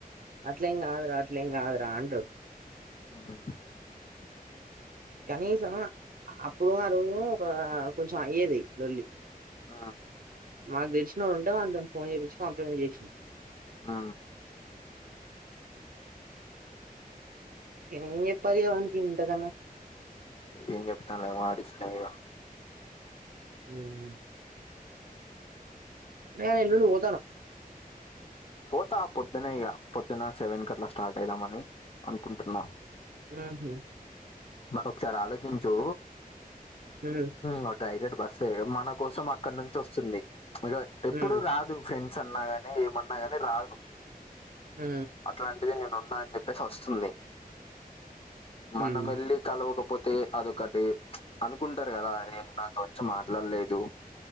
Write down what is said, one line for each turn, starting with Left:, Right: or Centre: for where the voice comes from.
Right: అట్లెం కాదురా అట్లెం కాదురా అంటడ్
Left: అ
Right: కనీసం అప్పుడు ఆ రోజు ఒక కొంచెం అయ్యేది లొల్లి
Left: ఆ
Right: మాకు తెలిసిన వాడుంటే వనితోని ఫోన్ చేయించి కంప్రమైస్ చేసినం
Left: ఆ
Right: ఏం చేప్పలివనికి ఇంతాకన్నా
Left: ఏం చెప్తంలే వాడి ఇష్టం ఇగ
Right: మ్ న ఎల్లుండి పో
Left: పోతా పొద్దున ఇగ పొద్దున సెవెన్ కట్లా స్టార్ట్ ఐదమని అనుకుంటున్నా
Right: మ్ హు
Left: మరి ఒకసారి ఆలోచించు
Right: హ్మ్.
Left: మ్ డైరెక్ట్ బస్సే ఇగ మన కోసం అక్కడ నుంచి వస్తుంది ఇగ ఎప్పుడు
Right: హ్మ్.
Left: రాదు ఫ్రెం స్ అన్న గాని ఏమన్నా గాని రాదు
Right: మ్
Left: అట్లాంటిది నేను ఉన్నా అని చెప్పేసి వస్తుంది
Right: హ్మ్.
Left: మనం వెళ్ళి కలవక పొ తే అదొకటి అనుకుంటారు కదా అరే నాతో వచ్చి మాట్లాడలేదు